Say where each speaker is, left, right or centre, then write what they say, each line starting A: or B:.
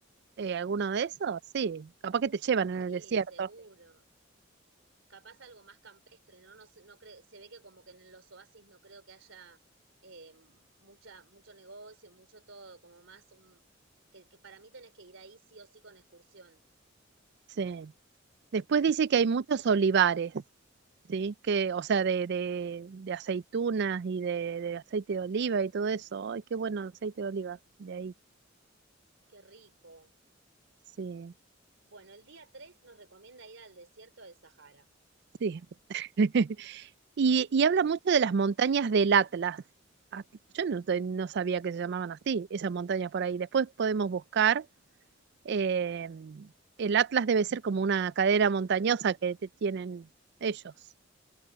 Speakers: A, on the right (about 60°); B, on the right (about 75°).
A: Eh, ¿alguno de esos? Sí, capaz que te llevan en el desierto.
B: Y seguro. capaz algo más campestre, ¿no? No, no creo, se ve que como que en los oasis no creo que haya eh, mucha, mucho negocio, mucho todo, como más un, que, que para mí tenés que ir ahí sí o sí con excursión.
A: Sí. Después dice que hay muchos olivares, ¿sí? Que, o sea, de, de, de aceitunas y de, de aceite de oliva y todo eso. Ay, qué bueno el aceite de oliva, de ahí.
B: Qué rico.
A: Sí,
B: Bueno, el día 3 nos recomienda ir al desierto del Sahara.
A: sí. <laughs> Y, y habla mucho de las montañas del Atlas. Ah, Yo no, te- no sabía que se llamaban así, esas montañas por ahí. Después podemos buscar. eh, el Atlas debe ser como una cadera montañosa que te- tienen ellos.